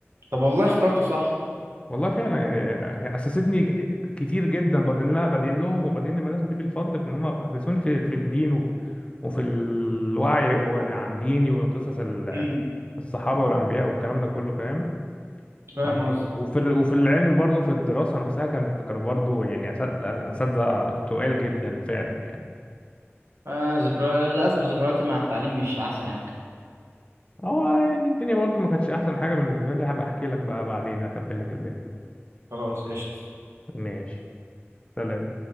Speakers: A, on the right (about 75°); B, on the left (about 25°).
A: طب والله اخترته صح.
B: والله فعلا يعني هي اسستني كتير جدا بدين لها بدين لهم وبدين المدرسه دي بالفضل في ان هم اسسوني في في الدين و- وفي الوعي عن ديني وقصص ال-
A: اه.
B: الصحابه والانبياء والكلام ده كله فاهم
A: كيف حاجة
B: آه.
A: تكتب.
B: وفي ال- وفي العلم برضو في الدراسة نفسها كانت كانوا برضو يعني أسا- أساتذة تقال جدا فعلا يعني
A: اه زكراتي للأسف زكراتي مع التعليم مش احسن حاجة.
B: هو يعني الدنيا برضو ما كانتش أحسن حاجة بالنسبة لي هبقى أحكي لك بقى بعدين أكمل لك الباقي
A: خلاص اشتف.
B: ماشي سلام